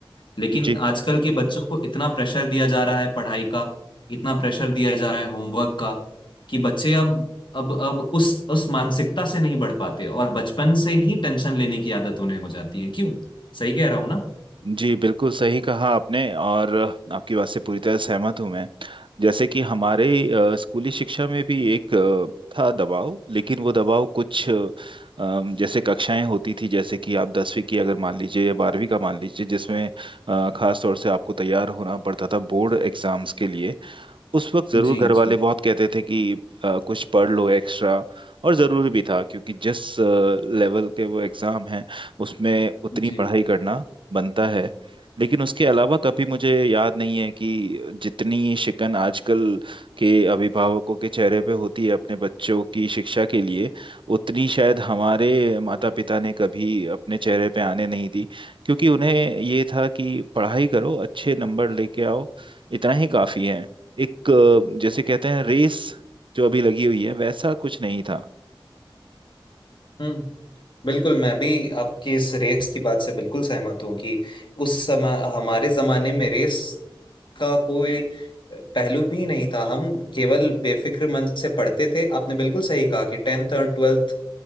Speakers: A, on the left; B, on the right.
A: लेकिन
B: जी
A: आजकल के बच्चों को इतना प्रेशर दिया जा रहा है पढ़ाई का इतना प्रेशर दिया जा रहा है होमवर्क का कि बच्चे अब अब अब उस उस मानसिकता से नहीं बढ़ पाते और बचपन से ही टेंशन लेने की आदत उन्हें हो जाती है क्यों सही कह रहा हूं ना
B: जी बिल्कुल सही कहा आपने और आपकी बात से पूरी तरह सहमत हूं मैं जैसे कि हमारे अ, स्कूली शिक्षा में भी एक अ, था दबाव लेकिन वो दबाव कुछ अ, अम, जैसे कक्षाएं होती थी जैसे कि आप दसवीं की अगर मान लीजिए या बारहवीं का मान लीजिए जिसमें अ, खास तौर से आपको तैयार होना पड़ता था बोर्ड एग्जाम्स के लिए उस वक्त जरूर
A: जी
B: घर वाले
A: जी
B: बहुत कहते थे कि अ, कुछ पढ़ लो एक्स्ट्रा और जरूरी भी था क्योंकि जिस लेवल के वो एग्जाम हैं उसमें उतनी
A: जी
B: पढ़ाई करना बनता है लेकिन उसके अलावा कभी मुझे याद नहीं है कि जितनी शिकन आजकल के अभिभावकों के चेहरे पे होती है अपने बच्चों की शिक्षा के लिए उतनी शायद हमारे माता पिता ने कभी अपने चेहरे पे आने नहीं दी क्योंकि उन्हें ये था कि पढ़ाई करो अच्छे नंबर लेके आओ इतना ही काफी है एक अ, जैसे कहते हैं रेस जो अभी लगी हुई है वैसा कुछ नहीं था
A: हम्म बिल्कुल मैं भी आपकी इस रेस की बात से बिल्कुल सहमत हूँ कि उस समय हमारे जमाने में रेस का कोई पहलू ही नहीं था हम केवल बेफिक्र मन से पढ़ते थे आपने बिल्कुल सही कहा कि टेंथ और ट्वेल्थ